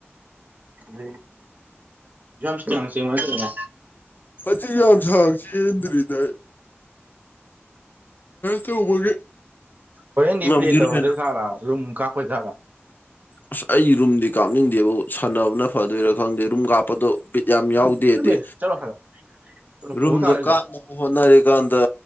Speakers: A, on the right; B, on the left.
A: ꯝ ꯁꯤ ꯊꯅꯁꯦ <unintelligible>
B: ꯆ ꯌꯥꯝ ꯌꯥꯝ ꯁꯥꯒꯁꯤꯗꯤꯔꯤ ꯇꯥꯏ ꯇꯧꯕꯒꯤ
A: ꯍꯣꯔꯦꯟꯗꯤ
B: ꯉꯝꯈꯤꯔꯣꯏꯅ
A: ꯄ꯭ꯂꯦ ꯇꯧꯔꯗ ꯁꯥꯂꯨꯝ ꯀꯥꯄꯖꯒꯥ
B: ꯑꯁ ꯑꯩ ꯔꯨꯝꯗꯤ ꯀꯥꯞꯅꯤꯡꯗꯦꯕꯕꯨ ꯁꯥꯟꯅꯕꯅ ꯐꯗꯣꯏꯔꯥ ꯈꯪꯗꯦ ꯔꯨꯝ ꯀꯥꯞꯄꯗꯣꯕꯤ ꯌꯥꯝ ꯌꯥꯎꯗꯦ
A: ꯆꯠꯂꯨꯍꯦ
B: ꯍꯥꯏꯗꯤ
A: ꯆꯠꯂꯣ ꯍꯥꯏꯕ ꯆꯠꯂꯣ
B: ꯔꯨꯝꯗꯣ
A: ꯐꯨꯠꯕꯣꯜ ꯀꯥ ꯂꯩꯗꯣ
B: ꯀꯥꯛꯞꯅꯕ ꯍꯣꯠꯅꯔꯤ ꯀꯥꯟꯗ